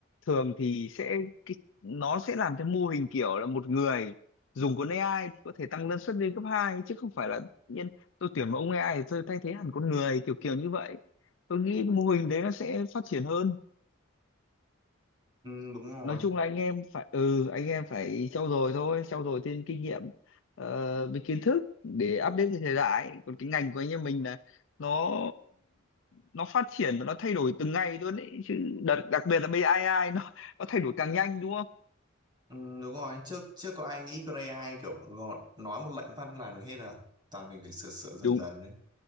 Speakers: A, on the left; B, on the right.
A: thường thì sẽ cái, nó sẽ làm theo mô hình kiểu là một người dùng con AI thì có thể tăng năng suất lên cấp hai chứ không phải là tự nhiên tôi tuyển một ông AI thì tôi thay thế hẳn con người kiểu kiểu như vậy tôi nghĩ cái mô hình đấy nó sẽ phát triển hơn
B: ừ, đúng rồi
A: nói chung là anh em phải ừ anh em phải trau dồi thôi trau dồi thêm kinh nghiệm ờ, với kiến thức để update với thời đại còn cái ngành của anh em mình là nó nó phát triển và nó thay đổi từng ngày luôn ấy chứ đặc, đặc biệt là BI nó nó thay đổi càng nhanh đúng không
B: Ừ, đúng rồi trước trước có ai nghĩ con AI kiểu gọt nói một lệnh văn làm được hết à toàn mình phải sửa sửa dần
A: đúng
B: dần đấy